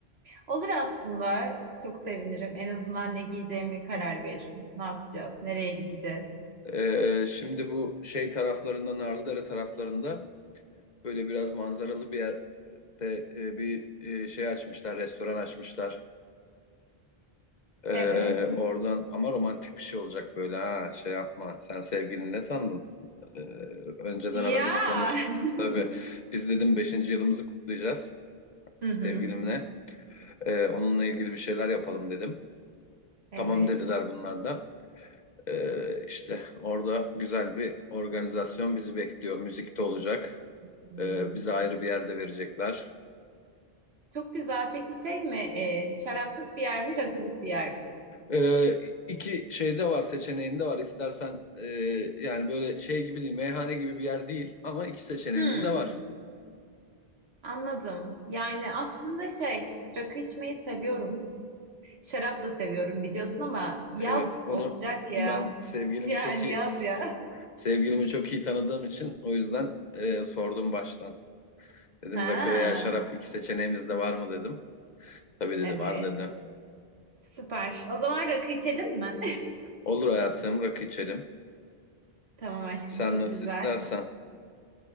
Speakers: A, on the right; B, on the left.
A: Olur aslında. Çok sevinirim. En azından ne giyeceğimi karar veririm. Ne yapacağız? Nereye gideceğiz?
B: E, şimdi bu şey taraflarında Narlıdere taraflarında Böyle biraz manzaralı bir yerde e, bir e, şey açmışlar, restoran açmışlar. Ee,
A: Evet.
B: Hmm. oradan ama romantik bir şey olacak böyle ha şey yapma sen sevgilini ne sandın Ee, önceden
A: Ya.
B: aradım Aa, konuştum
A: <laughs>
B: tabii biz dedim beşinci yılımızı kutlayacağız
A: Hı
B: sevgilimle
A: hı.
B: Ee, onunla ilgili bir şeyler yapalım dedim
A: Evet.
B: tamam dediler bunlar da Ee, işte orada güzel bir organizasyon bizi bekliyor müzik de olacak
A: Hmm.
B: Ee, bize ayrı bir yerde verecekler
A: Çok güzel. Peki şey mi? e, şaraplık bir yer mi, rakılık bir yer mi?
B: Ee, iki şeyde var seçeneğinde var İstersen e, yani böyle şey gibi değil meyhane gibi bir yer değil ama iki seçeneğimiz
A: Hmm,
B: de var.
A: anladım. Yani aslında şey, rakı içmeyi seviyorum. Şarap da seviyorum biliyorsun ama yaz
B: Evet onu
A: olacak ya.
B: ben
A: Üf,
B: sevgilimi
A: Yani
B: çok iyi
A: yaz ya.
B: sevgilimi çok iyi tanıdığım için o yüzden e, sordum baştan. Dedim
A: <laughs>
B: rakı veya şarap
A: Ha,
B: iki seçeneğimiz de var mı dedim. Tabii dedi
A: evet.
B: var dedi.
A: Süper. O zaman rakı içelim mi?
B: Olur hayatım rakı içelim.
A: <laughs> Tamam aşkım,
B: Sen
A: çok
B: nasıl
A: güzel.
B: istersen.